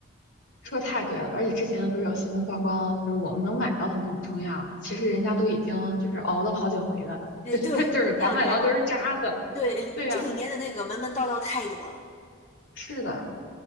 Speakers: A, on the left; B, on the left.
A: 说太对了，而且之前不是有新闻曝光，就是我们能买到的那种中药，其实人家都已经就是熬了好几回了，
B: 哎，
A: <laughs>
B: 对，
A: 就是咱买到的都是渣子，
B: 妙家，<laughs> 对，
A: 对呀。
B: 这里面的那个门门道道太多了，
A: 是的，